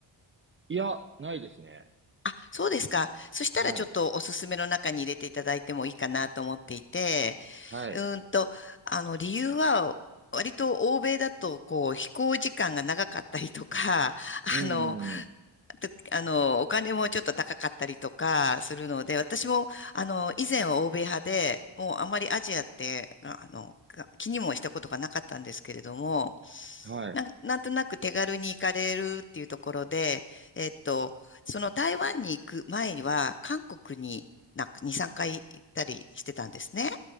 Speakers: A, on the right; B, on the left.
A: いや、ないですね。
B: あ、そうですか。そしたらちょっとおすすめの中に入れていただいてもいいかなと思っていて、
A: はい。はい。
B: うーんと、あの、理由は、割と欧米だと、こう、飛行時間が長かったりとか、
A: うん、
B: あの、
A: うん、うん。
B: で、あの、お金もちょっと高かったりとかするので、私も、あの、以前は欧米派で、もうあまりアジアって、あの、が気にもしたことがなかったんですけれども、
A: はい。
B: なん、なんとなく手軽に行かれるっていうところで、えっと、その台湾に行く前には、韓国になんか2、3回行ったりしてたんですね。